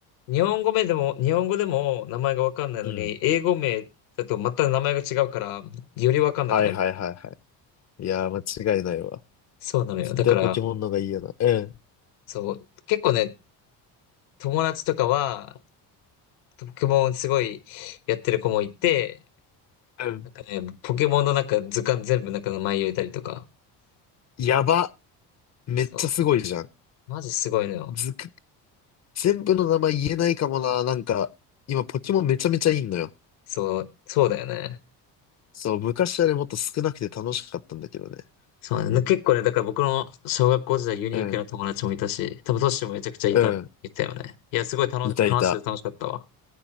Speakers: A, on the left; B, on the left.
A: 日本語名でも、日本語でも名前がわかんないのに、
B: うん。
A: 英語名だとまた名前が違うから、よりわかんなくなる。
B: はいはいはいはい。いやー、間違いないわ。
A: そうなのよ。
B: 絶対ポケモンの方がいいよな。
A: だから、
B: うん。
A: そう、結構ね、友達とかは、ポケモンすごいやってる子もいて、
B: うん。
A: なんかね、ポケモンのなんか図鑑全部なんか名前入れたりとか、
B: やば。めっちゃすごいじゃん。
A: そう、マジすごいのよ。
B: ずく、全部の名前言えないかもな。なんか、今ポケモンめちゃめちゃいいのよ。
A: そう、そうだよね。
B: そう、昔はね、もっと少なくて楽しかったんだけどね。
A: そうなんだよね結構ね、
B: なん、
A: だから僕の小学校時代ユニークな友達もいたし、
B: うん、
A: 多分トッシュもめちゃくちゃいた、
B: うん、
A: いたよね。いや、すごい楽し、
B: いたいた。
A: 話してて楽しかったわ。